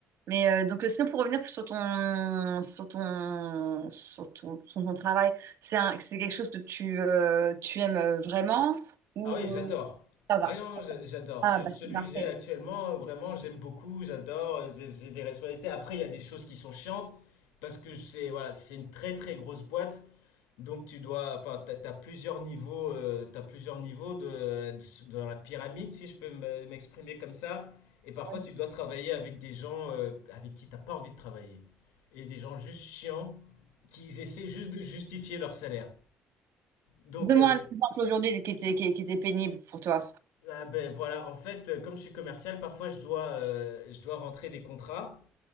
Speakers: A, on the right; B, on the left.
A: Mais euh, donc, euh, sinon, pour revenir sur ton, sur ton, sur ton, sur ton travail, c'est un, c'est quelque chose que tu, euh, tu aimes euh, vraiment ou
B: Ah oui,
A: euh,
B: j'adore.
A: ça va?
B: Ah oui, non, non, j'a- j'adore.
A: Ah,
B: Ce-
A: bah,
B: Celui
A: c'est parfait.
B: que j'ai actuellement, euh, vraiment, j'aime beaucoup, j'adore, euh, j'ai j'ai des responsabilités. Après, il y a des choses qui sont chiantes, parce que c'est voilà, c'est une très très grosse boîte. Donc tu dois, enfin, t'as, t'as plusieurs niveaux, euh, t'as plusieurs niveaux de, de- dans la pyramide, si je peux me- m'exprimer comme ça. Et parfois
A: <clears throat>
B: tu dois travailler avec des gens euh, avec qui t'as pas envie de travailler et des gens juste chiants qui essaient juste de justifier leur salaire. Donc
A: Donne-moi
B: euh,
A: un exemple aujourd'hui qui était, qui, qui était pénible pour toi.
B: ah ben voilà, en fait, euh, comme je suis commercial, parfois je dois, euh, je dois rentrer des contrats.